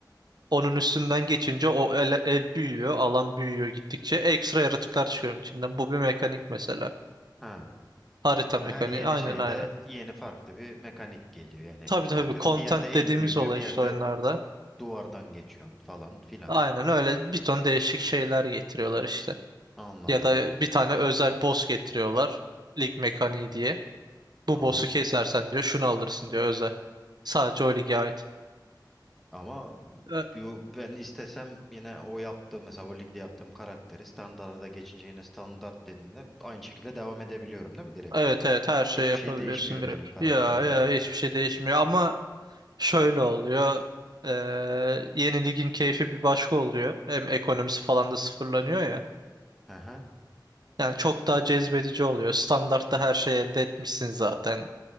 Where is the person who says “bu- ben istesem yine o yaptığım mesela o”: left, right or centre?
Centre